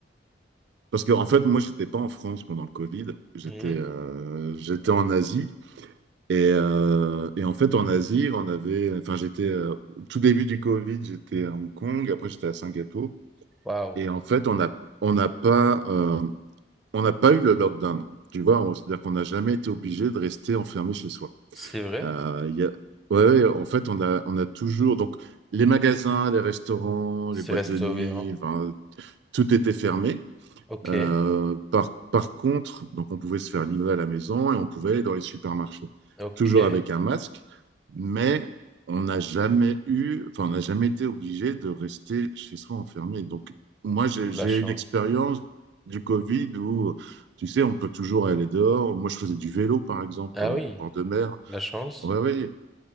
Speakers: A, on the right; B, in the centre.
A: Parce que, en fait, moi, j'étais pas en France pendant le Covid. J'étais
B: Mhm.
A: euh, j'étais en Asie. Et, euh, et en fait, en Asie, on avait. Enfin, j'étais. euh, tout début du Covid, j'étais à Hong Kong. Après, j'étais à Singapour.
B: Waouh.
A: Et en fait, on a, on n'a pas, euh, on n'a pas eu le lockdown. Tu vois, on- c'est-à-dire qu'on n'a jamais été obligé de rester enfermé chez soi.
B: C'est vrai?
A: Euh, il y a- ouais, ouais, en fait, on a, on a toujours. Donc, les magasins, les restaurants,
B: C'est
A: les boîtes
B: restauré,
A: de nuit,
B: hein.
A: enfin, tout était fermé.
B: Ok,
A: Euh, par, par contre, donc on pouvait se faire livrer à la maison et on pouvait aller dans les supermarchés.
B: ok.
A: Toujours avec un masque, mais on n'a jamais eu, enfin, on n'a jamais été obligé de rester chez soi enfermé. Donc, moi, j'ai
B: La
A: j'ai
B: chance.
A: une expérience du Covid où, tu sais, on peut toujours aller dehors. Moi, je faisais du vélo, par exemple,
B: Ah
A: en
B: oui,
A: bord de mer.
B: la chance.
A: Oui, oui.